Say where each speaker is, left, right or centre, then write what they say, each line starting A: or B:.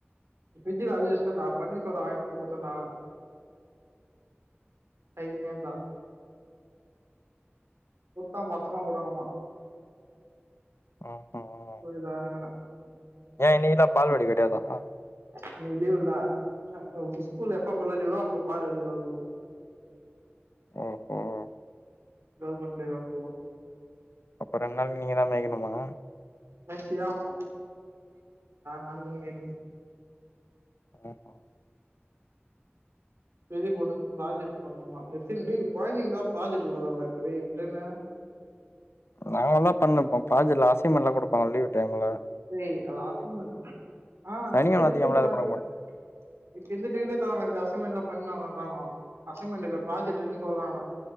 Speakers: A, on the right; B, on the left.
A: ஃப்ரிட்ஜில அது வெஸ்டன்டா பன்னீர் சோடா வாய்னந்து குத்தனா அய்தினேந்தா குத்தா மொத்தமா குடுணுமா
B: ம் ம்
A: புரிதா ம்க்ம்
B: ஏ இனிகினா பால்வாடி கெட்யாதா
A: இன்னிக்கி லீவுல அ ஸ்கூலு எப்பேப்பலா லீவோ அப்போ பால்வாடி லீவா இருக்கு
B: ம் ம்
A: கவுர்மெண்ட் லீவு வரும்போதோ
B: அப்ப ரெண் நாள் நீங்க தா மேய்கணுமா
A: எஸ் யா <unintelligible> நாளிக்கு மேய்க்கனு
B: ம் ம்
A: பெரிய பொண்ணுக்கு ப்ராஜெக்ட் பண்ணுமா ஏ சில் டே கொழந்திங்ளுக்லா ப்ராஜெக்ட்டு குடுக்குறாங்க இப்ப டேய் ப்ரேமே
B: நாங்கள்ளா பண்ணொப்போ ப்ராஜெக்ட்ல அசைன்மெண்ல்லா குடுப்பாங்க லீவு டைமுல
A: டேய் அது அசைன்மெண்ட் ஆ
B: சனி ஞாயிறு அதிகம்லா
A: <unintelligible>
B: குடுக்க மாட்டாங்க
A: இப் இந்த லீவ்ல தராங்க இந்த அசைமென்லா பண் வாங்கன்றாங்ளா அசைன்மெண்டில்ல ப்ராஜெட்ன்னு சொல்றாங்க